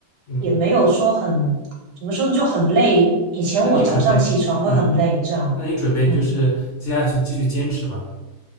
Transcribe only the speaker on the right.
也没有说很。怎么说就很累。以前我早上起床会很累，
这样，
嗯，